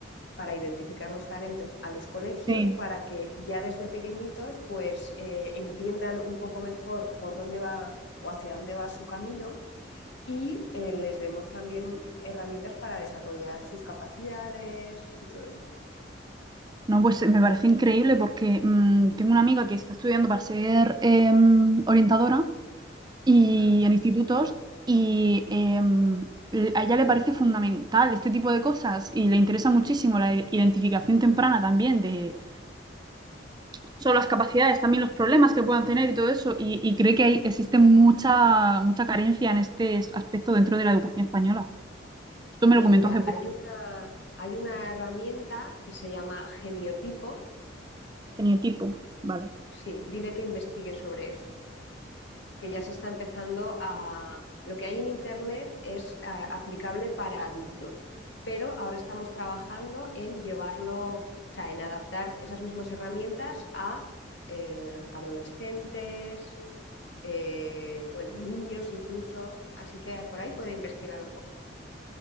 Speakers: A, on the left (about 70°); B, on the right (about 20°).
A: para identificar los talentos a los colegios
B: sí.
A: para que ya desde pequeñitos pues eh, entiendan un poco mejor por dónde va o hacia dónde va su camino y eh, les demos también herramientas para desarrollar sus capacidades y todo esto.
B: No, pues eh, me parece increíble porque mm, tengo una amiga que está estudiando para ser em, orientadora y
A: Ah,
B: en institutos y em, le- a ella le parece fundamental este tipo de cosas y le interesa muchísimo la i- identificación temprana también de no solo las capacidades, también los problemas que puedan tener y todo eso y, y cree que hay- existe mucha, mucha carencia en este es- aspecto dentro de la educación española. Esto me
A: Pues
B: lo comentó
A: mira,
B: hace poco.
A: hay una, hay una herramienta que se llama geniotipo.
B: Geniotipo, vale.
A: Sí, dile que investigue sobre eso. que ya se está empezando a... Lo que hay en Internet es ah, aplicable para adultos, pero ahora estamos trabajando en llevarlo, o sea, en adaptar esas mismas herramientas a eh, adolescentes, eh, bueno, niños incluso, así que por ahí puede investigar un poco.